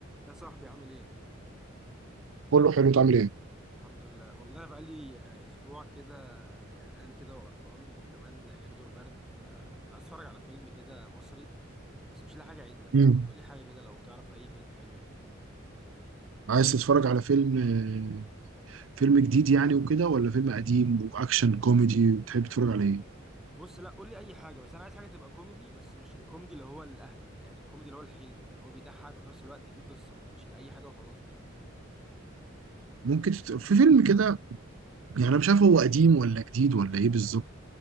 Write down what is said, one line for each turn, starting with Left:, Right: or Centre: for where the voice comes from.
Centre: يا صاحبي عامل ايه؟
Right: كله حلو تعمل ايه
Centre: الحمد لله والله انا بقالي آه، اسبوع كده زهقان كده وقرفان وكمان جالي دور برد فكنت عايز اتفرج على فيلم كده مصري بس مش لاقي حاجه عدله فما
Right: امم
Centre: تقول لي حاجه كده لو تعرف اي فيلم حلو كده
Right: عايز تتفرج على فيلم آه، فيلم جديد يعني وكده ولا فيلم قديم واكشن كوميدي بتحب تتفرج على ايه
Centre: بص لا قول لي اي حاجه بس انا عايز حاجه تبقى كوميدي بس مش الكوميدي اللي هو الاهبل يعني الكوميدي اللي هو الحلو اللي هو بيضحك وفي نفس الوقت فيه قصه مش لاي حاجه وخلاص دي
Right: ممكن تت... في فيلم كده يعني انا مش عارف هو قديم ولا جديد ولا ايه بالظبط